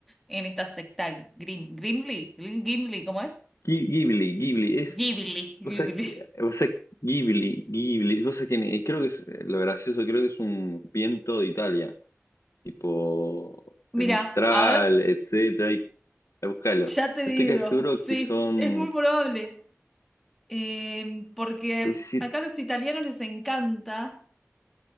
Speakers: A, in the centre; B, on the left.
A: en esta secta Grim, Gimli, Grim- Gimli, ¿cómo es?
B: Ghi- Ghibli, Ghibli, es,
A: Ghibli,
B: o
A: Ghibli.
B: sea, o sea, Ghibli, Ghibli, o sea, que ne- creo que es eh, lo gracioso, creo que es un viento de Italia, tipo
A: Mira,
B: el Mistral,
A: a ver,
B: etcétera, y búscalo.
A: ya te
B: Estoy
A: digo,
B: casi seguro
A: sí,
B: que son,
A: es muy probable. Eh, porque
B: es- si-
A: acá a los italianos les encanta